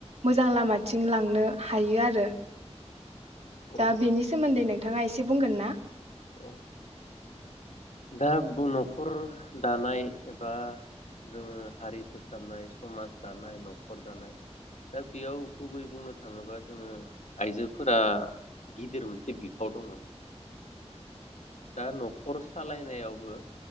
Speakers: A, on the right (about 65°); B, on the left (about 85°).
A: मोजां लामाथिं लांनो हायो आरो।
B: औ
A: दा बेनि सोमोनदै नों‌ थाङा इसे बुंगोन ना।
B: औ दा बुन'खर दानाय एबा जोंङो हारि फोसाबनाय समाज दानाय न'खर दानाय दा बेयाव गुबै बुंनो थाङोबा जोंङो आइजोफोरा गिदिर मोनसे बिफाव दङ। दा नख खरस सालायनायावबो